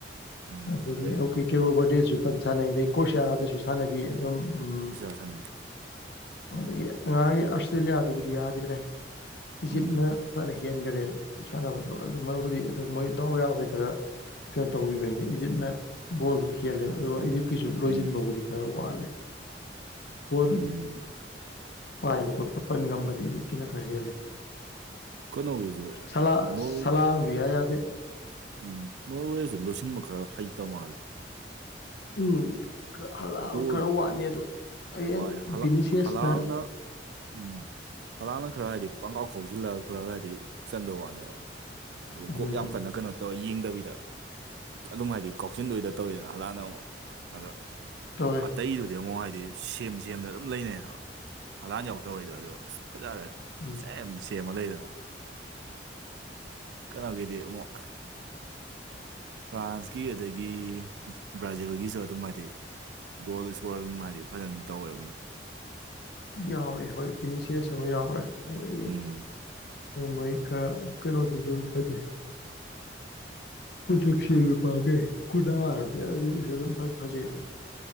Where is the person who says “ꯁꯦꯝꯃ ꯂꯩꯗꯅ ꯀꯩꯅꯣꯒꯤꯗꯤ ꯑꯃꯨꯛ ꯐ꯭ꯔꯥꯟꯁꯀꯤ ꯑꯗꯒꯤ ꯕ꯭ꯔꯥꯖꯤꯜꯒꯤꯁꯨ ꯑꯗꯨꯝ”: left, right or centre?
Right